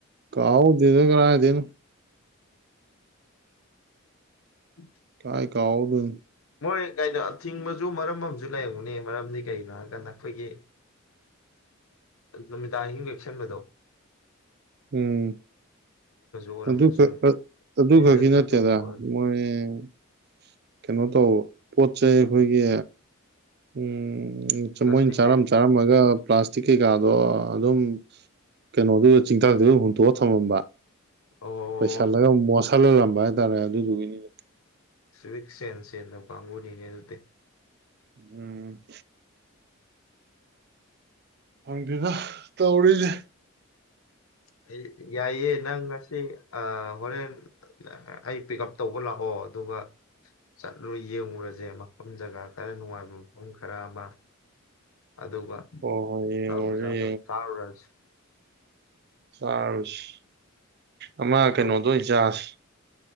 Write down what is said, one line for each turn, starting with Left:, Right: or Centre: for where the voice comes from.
Right: ꯀꯥ ꯍꯗꯗ ꯀꯥꯑ ꯇꯅ
Left: ꯎꯝ
Right: ꯀꯥꯏ ꯀꯥꯎꯑꯣ ꯑꯗꯨ
Left: ꯍꯣꯏ ꯀꯩꯅꯣꯊꯤꯡꯕꯁꯨ ꯃꯔꯝ ꯑꯃꯁꯝꯨ ꯂꯩꯔꯝꯅꯤ ꯃꯔꯝꯗꯤ ꯀꯒꯤꯅꯣ ꯍꯥꯏꯔꯀꯥꯟꯗ ꯑꯩꯈꯣꯏꯒꯤ ꯅꯨꯃꯤꯗꯥꯡꯍꯤꯡꯒꯦꯛꯁꯟꯕꯗꯣ
Right: ꯎꯝ
Left: ꯑꯣꯏꯔꯝꯕꯁꯨ
Right: ꯑꯗꯨꯛ ꯑꯗꯨ
Left: ꯔꯤꯖꯟ
Right: ꯈꯛꯀꯤ ꯅꯠꯇꯦꯗ
Left: ꯑꯗꯨꯝꯕ ꯑꯣꯏꯔꯁꯨ
Right: ꯃꯣꯏ ꯀꯩꯅꯣ ꯀꯩꯅꯣ ꯇꯧꯕ ꯄꯣꯠ ꯆꯩ ꯑꯩꯈꯣꯏꯒꯤ ꯎꯝ
Left: ꯄ꯭ꯂꯥꯁꯇꯤꯛ
Right: ꯎ ꯃꯣꯏꯅ ꯆꯥꯔꯝ
Left: ꯕꯦꯛ
Right: ꯆꯥꯔꯝꯃꯒ ꯄ꯭ꯂꯥꯁꯇꯤ ꯤꯛ ꯀꯩꯀꯥꯗꯣ ꯑꯗꯨꯝ ꯀꯩꯅꯣꯗꯨ ꯆꯤꯡꯊꯥꯛꯗꯨ ꯍꯨꯟꯇꯣꯛꯑ ꯊꯝꯃꯝꯕ
Left: ꯑꯣ
Right: ꯄꯩꯁꯥꯂꯒ ꯃꯁꯂꯣ ꯂꯝꯕ ꯍꯥꯏꯇꯥꯔꯦ ꯑꯗꯨꯗꯨꯒꯤꯅꯤꯗꯣ
Left: ꯁ꯭ꯋꯤꯛ ꯁꯦꯟꯁꯦꯟꯗ ꯀꯥꯡꯕꯨꯨꯅꯤ ꯅꯩꯅꯔꯇꯦ
Right: ꯎꯝ ꯐꯪꯗꯦꯗ ꯇꯧꯔꯤꯁꯦ
Left: ꯑꯩ ꯌꯥꯏꯌꯦꯦ ꯅꯪ ꯉꯁꯤ ꯍꯣꯔꯦꯟ ꯑꯩ ꯄꯤꯛ ꯎꯞ ꯇꯧꯕ ꯂꯥꯛꯑꯣ ꯑꯗꯨꯒ ꯆꯠꯂꯨꯔ ꯌꯦꯡꯉꯨꯔꯁꯦ ꯃꯐꯝ ꯖꯒꯥ ꯈꯔ ꯅꯨꯡꯉꯥꯏꯕ ꯃꯐꯝ ꯈꯔ ꯑꯃ ꯑꯗꯨꯒ
Right: ꯍꯣꯏ ꯍꯣꯏ
Left: ꯇꯥꯔꯨ
Right: ꯌꯦꯡꯉꯨꯔꯁꯤ
Left: ꯄꯨꯖꯥꯗꯣ ꯆꯥꯔ ꯔꯟꯁ
Right: ꯐ꯭ꯔꯥꯟꯁ ꯑꯃ
Left: ꯍꯩꯅꯧ
Right: ꯀꯩꯅꯩꯅꯣꯗ ꯆꯥꯁ